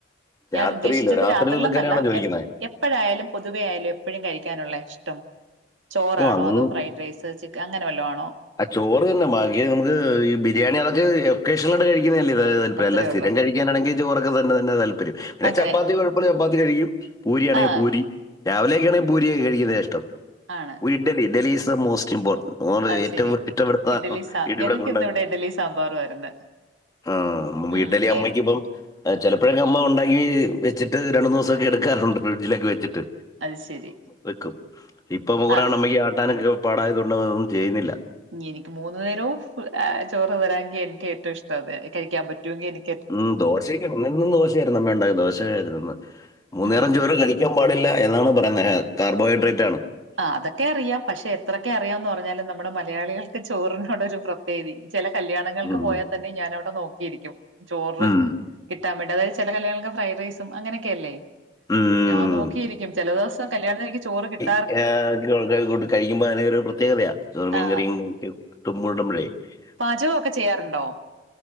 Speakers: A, on the right; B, on the left.
A: ഞാനുദ്ദേശിച്ചത്
B: രാത്രിയിലോ രാത്രിയിലൊക്കെ
A: രാത്രിൽന്നല്ല
B: തന്നെയാണോ ചോദിക്കുന്നത്
A: എപ്പ് എപ്പഴായാലും പൊതുവെ ആയാലും എപ്പഴും കഴിക്കാനുള്ള ഇഷ്ടം ചോറാണോ
B: ഓ അങ്ങ്
A: അതോ ഫ്രൈ ഡ്രൈസ് ചിക്ക അങ്ങന വെല്ലോ ആണോ
B: ആ ചോറ് തിന്നും ബാക്കി നമുക്ക് ഈ ബിരിയാണി അതൊക്കെ വെക്കേഷ്ണലാട്ട് കഴിക്കുന്നയല്ലെ ത തൽപര്യം
A: അത്രേ
B: അല്ലാ സ്ഥിരം
A: ഉള്ളൂ
B: കഴിക്കാനാണെങ്കി ചോറൊക്ക തന്ന തന്ന താൽപര്യം പിന്നെ
A: അങ്ങനെ
B: ചാപ്പാത്തി കൊഴ ചപ്പാത്തി കഴിക്കും പൂരിയാണെങ്കി
A: ആ
B: പൂരി രാവിലെയൊക്കെണെങ്കി ബൂരിയ കഴിക്കുന്നെയ ഇഷ്ടം
A: ആണ്
B: idli idli is most important <unintelligible>
A: അത്
B: <unintelligible>
A: ശരി.
B: ഇറ്റപ്പെടുത്ത
A: ഇഡ്ഡലി സാ
B: ഇടിവിടെ
A: ഞങ്ങൾക്ക്
B: കൊണ്ട
A: ഇന്ന് ഇവിടെ ഇഡ്ഡലി സാമ്പാറും ആയിരുന്നു.
B: ആഹ്
A: ഉം.
B: ഇഡലി അമ്മയ്ക്കിപ്പം
A: ഏയ്
B: ആഹ് ചിലപ്പഴ്ക്കെ അമ്മ ഒണ്ടാക്കി വെച്ചിട്ട് രണ്ടൂന്ന് ദിവസൊക്കെ എടുക്കാറുണ്ട് ഫ്രിഡ്ജിലക്കെവെച്ചിട്ട്
A: അത് ശരി
B: വെക്കും ഇപ്പൊ മൂറാണ്
A: ആ
B: അമ്മക്ക് ആട്ടാനൊക്കെ പാടായതൊണ്ട് അതൊന്നും ചെയ്യുന്നില്ല
A: എനിക്ക് മൂന്ന് നേരവും അ ചോറ് തരാങ്കി എനിക്ക് ഏറ്റവും ഇഷ്ട അത് കഴിക്കാം പറ്റുവെങ്കി എനി
B: ഉം ദോശക്ക് എന്നോന്നും ദോശയായിരുന്നു അമ്മ ഒണ്ടാക്ക ദോശയായിരുന്നുന്ന് മൂന്നേരം
A: ഉം.
B: ചോറ് കഴിക്കാം പാടില്ല എന്നാണ് പറയുന്നെ അ കാർബോഹൈഡ്രേറ്റാണ്
A: ആഹ് അതക്കെറിയാം പക്ഷെ എത്രക്കെ അറിയാംന്ന് പറഞ്ഞാലും നമ്മുടെ മലയാളികൾക്ക് ചോറിനോടൊരു പ്ര തേവി ചെല കല്യാണങ്ങൾക്ക്
B: ഉം.
A: പോയാതന്നെ ഞാനവിടെ നോക്കിയിരിക്കും ചോറ്
B: ഉം.
A: കി ട്ടാവെണ്ടത് അതായത് ചെല കല്യാണങ്ങൾക്ക് ഫ്രൈ ഡ്രൈസും അങ്ങനക്കെയല്ലെ
B: ഉം.
A: ഞാൻ നോക്കീരിക്കും ചെല ദോസം കല്യാണത്തിന് എനിക്ക് ചോറ് കിട്ട്
B: <unintelligible> കഴിക്കുമ്പ അതിനക്കൊരു പ്രത്യേകതയാ ചോറ് മീൻ
A: ആ
B: കറിയും <unintelligible>
A: പാചകൊക്കെ ചെയ്യാറുണ്ടോ